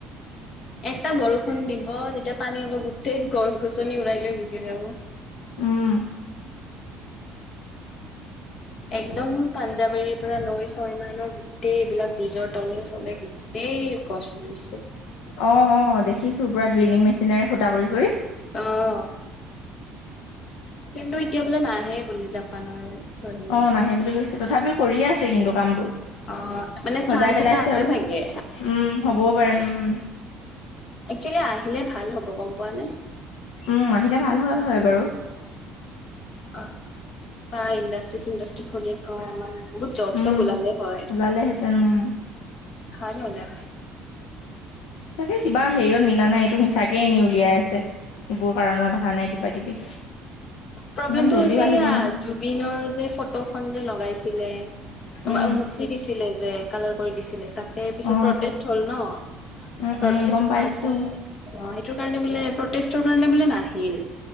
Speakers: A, on the left; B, on the left.
A: এটা বৰষুণ দিব যেতিয়া পানী হ'ব গোটেই গছ গছনি উৰাই লৈ গুচি যাব।
B: উম।
A: একদম পাঞ্জাৱৰীৰ পৰা লৈ ছয় মাইলৰ গোটেই এইবিলাক বিজৰ তলে চলে গোটেই গছ ৰুইছে।
B: অ অ দেখিছো পুৰা ড্ৰিলিং মেচিনেৰে ফুটা কৰি কৰি।
A: অ', কিন্তু এতিয়া বোলে নাহে বুলি জাপানৰ। প্ৰধানমন্ত্ৰী।
B: অ নাহে বুলি কৈছে তথাপিও কৰিয়ে আছে কিন্তু। কাম বোৰ
A: অ', মানে
B: সজাই
A: চান্স
B: পেলাইছো
A: এটা আছে
B: আৰু
A: চাগে
B: উম হ'বও পাৰে উম।
A: একেলে আহিলে ভাল হ'ব গম পোৱা নাই।
B: উম আহিলে ভাল হল হয় বাৰু।
A: অ প্ৰাই ইণ্ডাষ্ট্ৰি -চিণ্ডাষ্ট্ৰি খুলি খাই আমাৰ। বহুত জব-
B: উম
A: চব ওলালে হয়,
B: ওলালেহেঁতেন উম
A: ভাল হলে।
B: চাগে কিবা হেৰিয়ত মিলা নাই এইটো মিছাকে এনে উলিয়াই আছে। এইবোৰ কাৰণত অহা নাই কিবা কিবি।
A: প্ৰব্লেমটো
B: ইমান জল্দিও
A: হৈছে ইয়া
B: আহিব নোৱাৰে
A: জুবিনৰ যে ফটোখন যে লগাইছিলে।
B: উম
A: মচি দিছিলে যে কালাৰ কৰি দিছিলে তাত। পিছত
B: অ
A: প্ৰটেষ্ট হ'ল ন
B: উম
A: প্ৰটেষ্ট
B: উম গম
A: হোৱাতে
B: পাইছো
A: অ। কাৰণে বোলে প্ৰটেষ্টৰ কাৰণে বোলে নাহিল।